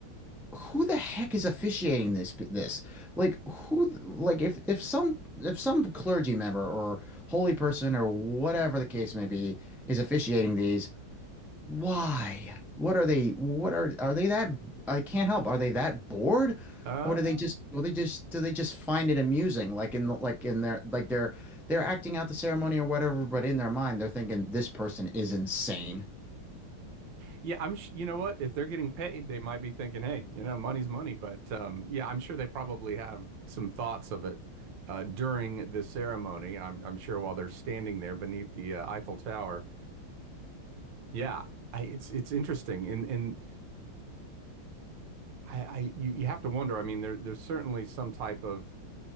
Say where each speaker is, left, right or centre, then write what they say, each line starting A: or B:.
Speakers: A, in the centre; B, on the right.
A: who the heck is officiating this this? Like who like if if some if some clergy member or holy person or whatever the case may be is officiating these, why? What are they? What are are they that? I can't help. Are they that bored,
B: Uh,
A: or do they just? Or they just? Do they just find it amusing? Like in the, like in their like they're they're acting out the ceremony or whatever, but in their mind they're thinking this person is insane.
B: yeah, I'm, sh- you know what? If they're getting paid, they might be thinking, hey, you know, money's money. But um, yeah, I'm sure they probably have some thoughts of it uh, during the ceremony. I'm, I'm sure while they're standing there beneath the uh, Eiffel Tower. Yeah, I, it's it's interesting, and and I, I you, you have to wonder. I mean, there there's certainly some type of